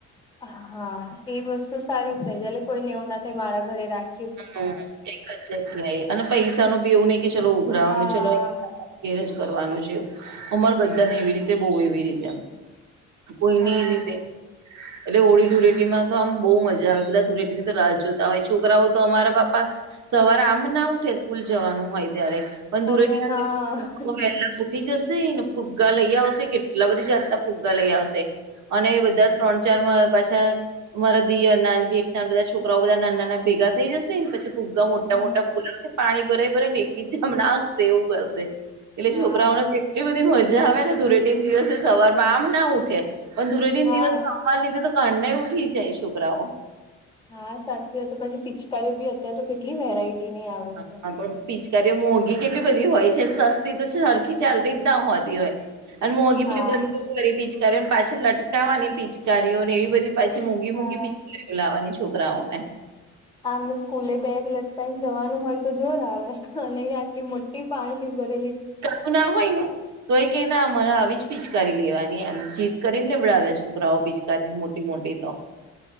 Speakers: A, on the left (about 15°); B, on the right (about 70°).
A: હા એ વસ્તુ સારી થાય જલે કોઈનેવ ના થાય મારા ઘરે રાખી
B: હમ એકજ જગ્યાએ અને પૈસા નુ બી એવું નઈ કે ચલો ઉઘરાવાનું
A: હા
B: ચલો ઘેરજ કરવાનું છે અમાર બધાને એવી રીતે બહુ એવી રીતે એમ કોઈ
A: હા
B: નહી રીતે એટલે હોળી ધૂળેટીમાં તો આમ બહુ મજા આવે બધા ધૂળેટી તો રાહ જોતા હોય છોકરાઓ તો અમારા બાપા સવારે આમ ના ઉઠે સ્કૂલ જવાનું હોય ત્યારે પણ દુરે
A: અને હા
B: <unintelligible> ઉઠી જશે ને, ફુગ્ગા લઈ આવશે, કેટલા બધી જાતના ફુગ્ગા લઈ આવશે. અને બધા ત્રણ-ચાર માં પાછા. અમારા દીયરના જેઠના બધા છોકરાઓ બધા નાના-નાના ભેગા. થઈ જશે ને, પછી ફુગ્ગા મોટા-મોટા
A: હા
B: ફૂલાવશે પાણી ભરા ભરાઇ ને એકબીજામાં નાખશે એવું કરશે. એટલે
A: હા
B: છોકરાઓને તો એટલી બધી મજા આવેને, ધૂળેટીના દિવસે સવારમાં આમ ના ઉઠે. પણ ધૂળેટીના
A: હા
B: દિવસે રમવા લીધે તો કયારનાય ઉઠી જાય છોકરાઓ.
A: હાવ સાચી વાત છે. પછી પિચકારીઓ બી અત્યારે તો કેટલી વેરાયટી ની આવે.
B: હા
A: છે.
B: હા બોલ પિચકારીઓ મોંઘી કેટલી બધી હોય છે સસ. તે તો સરખી ચાલતી જ ના હોતી હોય. અને મોંઘી
A: હા
B: પેલી બંધુક વાળી પીચ. ત્યારે પાછી લટકાવાની પિચકારીઓ ને એવી બધી પાછી મોંઘી-મોંઘી
A: હા
B: પિચકારીઓ લાવવાની. છોકરાઓ ને
A: આમને સ્કૂલે બેગ લટકાવીને જવાનું હોય તો જોર આવે. અને આટલી મોટી બાલ્ટી ભરેલી..
B: તક ના હોય, ને તો એ કે ના અમારે આવી જ પિચકારી લેવાની, એમ જીત કરીને લેવડાવે છે. છોકરાઓ પીચકારી મોટી-મોટી તો.